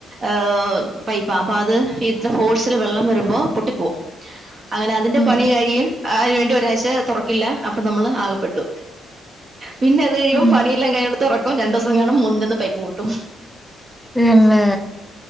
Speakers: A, on the right (about 40°); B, in the centre.
A: ഏഹ പൈപ്പാ അപ്പൊ അത് ഇന്റെ ഫോഴ്സില് വെള്ളം വരുമ്പോ പൊട്ടിപ്പോവും അങ്ങഅതിന്റെ
B: ഉം
A: പണി കഴിയും അതിന് വേണ്ടി ഒരാഴ്ച തുറക്കില്ല അപ്പൊ നമ്മള് ആകപ്പെട്ടു പിന്നെ അത് കഴിയുബോ
B: ഉം
A: പണിയെല്ലാം കഴിയുബോ തുറക്കും രണ്ടു ദിവസം കാണും മൂന്നിന്റ അന്ന് പൈപ്പ് പൊട്ടും
B: പിന്നെ